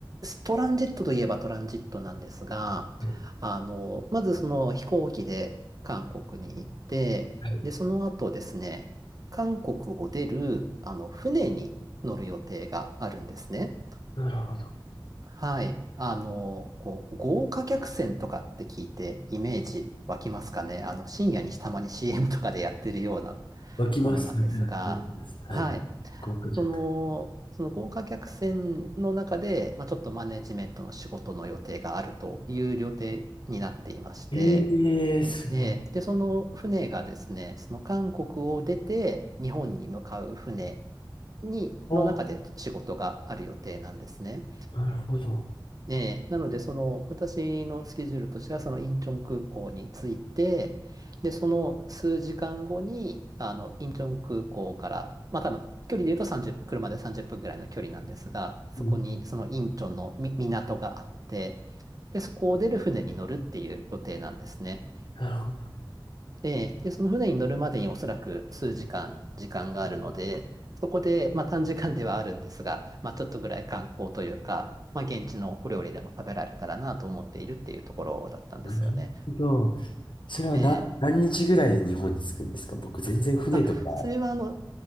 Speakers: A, on the right; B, on the left.
A: トランジットといえばトランジットなんですが、
B: はい。
A: あの、まずその飛行機で韓国に行って、
B: はい
A: で、その後ですね、韓国を出る、あの、船に乗る予定があるんですね。
B: なるほど。
A: はい。あの、こう、豪華客船とかって聞いてイメージ湧きますかね。あの、深夜にたまに CM とかでやってるような
B: 湧きます湧きまし湧きますはい。
A: ものなんですが、はい。
B: 細かくなった。
A: その、その豪華客船の中で、まあ、ちょっとマネジメントの仕事の予定があるという予定になっていまして、
B: ええす
A: えーで、その船がですね、その韓国を出て日本に向かう船に、
B: ごい。
A: の中で仕事がある予定なんですね。
B: なるほど。
A: ええ、なので、その、私のスケジュールとしては、そのインチョン空港に着いて、で、その数時間後に、あの、インチョン空港から、まあ多分、距離で言うと30、車で30分ぐらいの距離なんですが、そこに、
B: うん。
A: そのインチョンのみ港があって、で、そこを出る船に乗るっていう予定なんですね。
B: なるほど。
A: で、で、その船に乗るまでにおそらく数時間、時間があるので、そこで、まあ短時間ではあるんですが、まあちょっとぐらい観光というか、まあ現地のお料理でも食べられたらなと思っているっていうところだったんですよね。
B: なるほど。それはな、
A: ええ。
B: 何日ぐらいで日本に着くんですか僕全然船とか。
A: あ、それはあの、